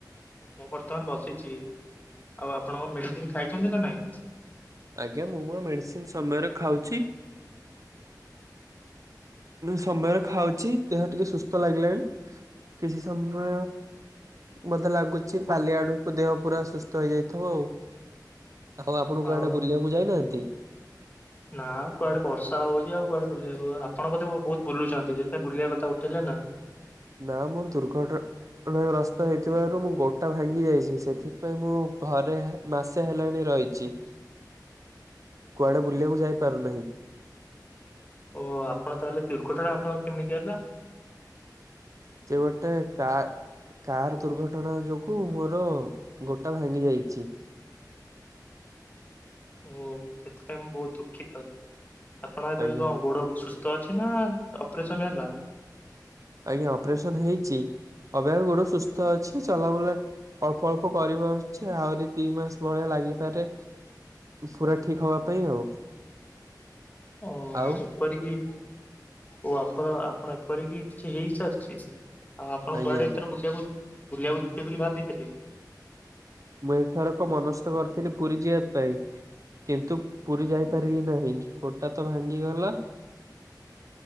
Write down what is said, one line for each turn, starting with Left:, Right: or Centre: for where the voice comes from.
Left: ମୁଁ ବର୍ତ୍ତମାନ ବସିଛି। ଆଉ ଆପଣଙ୍କ ମେଡିସିନ ଖାଇଛନ୍ତି ନା ନାଇଁ?
Right: ଆଜ୍ଞା ମୁଁ ମୋ ମେଡିସିନ ସମୟରେ ଖାଉଛି। ସମୟରେ ଖାଉଛି ଦେହ ଟିକେ ସୁସ୍ଥ ଲାଗିଲାଣି କିଛି ସମୟ ବୋଧେ ଲାଗୁଛି କାଲି ଆଡକୁ ଦେହ ପୁରା ସୁସ୍ଥ ହେଇଯାଇଥିବ ଆଉ। ହଉ ଆପଣ କୁଆଡେ
Left: ଆଉ
Right: ବୁଲିବାକୁ ଯାଇନାହାନ୍ତି?
Left: ନା କୁଆଡେ ବର୍ଷା ହଉଛି ଆଉ କୁଆଡେ ବୁଲିବାକୁ ଆପଣ ବୋଧେ ବହୁତ ବୁଲୁଛନ୍ତି ସେଥି ପାଇଁ ବୁଲିବା କଥା ଉଠେଇଲେ ନା?
Right: ନା ମୋର ଦୁର୍ଘଟ ଗସ୍ତ ହେଇଥିବାରୁ ମୁଁ ଗୋଡଟା ଭାଙ୍ଗି ଯାଇଛି ସେଥିପାଇଁ ମୁଁ ଘରେ ମାସେ ହେଲାଣି ରହିଛି।
Left: ହ <unintelligible>
Right: କୁଆଡେ ବୁଲିବାକୁ ଯାଇ ପାରୁନାହିଁ।
Left: ଓ ଆପଣ ତାହେଲେ ଦୁର୍ଘଟଣା ଆପଣଙ୍କ କେମିତି ହେଲା?
Right: ସେ ଗୋଟେ କା କାର ଦୁର୍ଘଟଣା ଯୋଗୁ ମୋର ଗୋଡ଼ଟା ଭାଙ୍ଗି ଯାଇଛି।
Left: ଓ ସେଥିପାଇଁ ମୁଁ ବହୁତ ଦୁଃଖିତ ଆପଣ ଏବେ
Right: ଆଜ୍ଞା
Left: କଣ ଗୋଡ ସୁସ୍ ସ୍ଥ ଅଛି ନା ଅପରେସନ ହେଲା?
Right: ଆଜ୍ଞା ଅପରେସନ ହେଇଛି। ଅବିକା ଗୋଡ଼ ସୁସ୍ଥ ଅଛି ଚଲାବୁଲା ଅଳ୍ପ ଅଳ୍ପ କରିପାରୁଛି ଆହୁରି ଦି ମାସ ଭଳିଆ ଲାଗିପାରେ ପୁରା ଠିକ ହବା ପାଇଁ ଆଉ।
Left: ଓ
Right: ଆଉ
Left: ଏପରିକି ଓ ଆପର ଆପଣ ଏପରିକି କିଛି ହେଇସାରଛି? ଆଉ ଆପଣ
Right: ଆଜ୍ଞା
Left: କୁଆଡେ ଏଥର ବୁଲିବାକୁ ବୁଲିବାକୁ ଯିବେ ବୋଲି ଭାବିଥିଲେ?
Right: ମୁଁ ଏଥରକ ମନସ୍ଥ କରିଥିଲି ପୁରୀ ଯିବା ପାଇଁ କିନ୍ତୁ ପୁରୀ ଯାଇପାରିଲି ନାହିଁ ଗୋଡ଼ଟା ତ ଭାଙ୍ଗିଗଲା